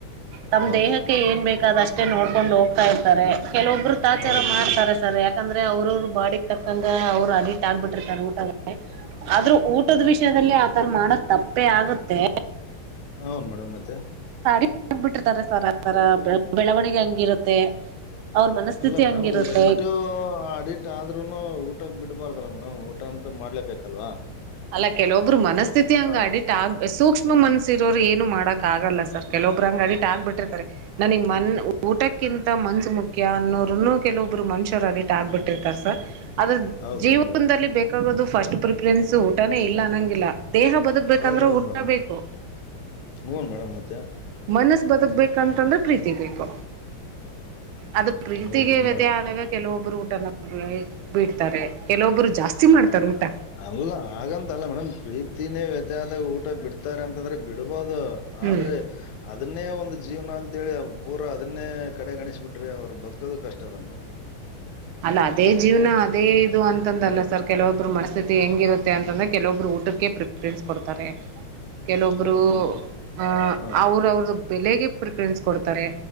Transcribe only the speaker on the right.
ತಮ್ಮ
ದೇಹಕ್ಕೆ
ಏನ್ ಬೇಕಾದಷ್ಟೆ ಮತ್ತೆ ನೋಡ್ಕೊಂಡು ಹೋಗ್ತಾ ಇರ್ತಾರೆ ಕೆಲವೊಬ್ಬರು ತ ಆಚಾರ
ಮಾಡ್ತಾರೆ
ಸರ್ ಯಾಕೆ ಅಂದ್ರ ಅವ್ರ ಅವರು ಬಾಡಿಗೆ ತಕ್ಕಂದ ಹ ಅವರು ಅ ಆಗಗ್ಬಿಟ್ಟಿರ್ತಾರೆ ಊಟ ಆದ್ರೂ ಊಟದ ವಿಷಯದಲ್ಲಿ ಆತರ ಮಾಡದ ತಪ್ಪೇ ಆಗತ್ತೆ
ಹ ಬಿಿಟ್ಟಿತಾರ ಸರ್ ಆರ ಬೆಳವಣಿಗೆ ಹಂಗಿರುತ್ತೆ ಅವ್ರ ಮನಸ್ಥಿತಿ
ಹಂಗಿರುತ್ತೆ
ಅಲ್ಲ ಕೆಲವೊಬ್ರು ಮನಸ್ಥಿತಿಅಡಿಟ್
ಆಗ್ ಸೂಕ್ಷ್ಮ ಮನ್ಸ್ಸಿರೋರು ಏನು ಮಾಡಕ್ ಆಗಲ್ಲ ಸರ್ ಕೆಲವೊಬ್ರಂಗ ಅಡಿಟ್ ಆಗ್ಬಿಟ್ಟಿರ್ತಾರೆ ನನಗ್ ಮನ್ ಊಟಕ್ಕಿಂತ ಮನ್ ಮುಖ್ಯ ಅನ್ನೂರುನ್ನು ಕೆಲವೊಬ್ಬ ಮನ್ಸರು ಅಡಿಟ್ ಆಗ್ಬಿಟ್ಟಿರ್ತಾರೇ ಸ ಆದದ್ರ
ಜೀವನದಲ್ಲಿ ಬೇಕಾಗೋದು ಫಸ್ಟ್ ಪ್ರಿಫರೆನ್ಸ್ ಸೊ ಊಟನೇ ಇಲ್ಲ ಅನ್ನಂಗಿಲ್ಲ ದೇಹ ಬದುಕ್ಬೇಕಂದ್ರೆ
ಊಟ
ಬೇಕು
ಮನಸ್ಸು ಬದುಕ್ಬೇಕಂತಂದ್ರೆ ಪ್ರೀತಿ ಬೇಕು ಅದು ಪ್ರೀತಿಗೆ
ವ್ಯತಿ
ಆದಾಗ ಕೆಲವೊಬ್ರು ಸಾರ್ ಬಿಡ್ತಾರಾ ಕೆಲವೊಬ್ಬರು ಜಾಸ್ತಿ ಮಾಡ್ತಾರ
ಊಟ
ಹ್ಮ್
ಅಲ್ಲ ಅದೇ ಜೀವ್ನ ಅದೇ ಇದು ಅಂತ
ಲ್ಲ ಸರ್ ಕೆಲಬ್ <unintelligible> ಮನಸ್ಥಿತಿ ಹೆಂಗಿರುತ್ತೆ ಅಂತಂದ್ರೆ ಕೆಲವೊಬ್ರು ಊಟಕ್ಕೆ ಪ್ರಿಪರೆನ್ಸ್ ಕೊಡ್ತಾರೆ ಕೆಲವೊಬ್ರು
ಅ
ಅವ್ರ ಅವ್ರ್ದ ಬೆಳಿಗ್ಗೆ ಪ್ರಿಫರೆನ್ಸ್ ಕೊಡ್ತಾರೆ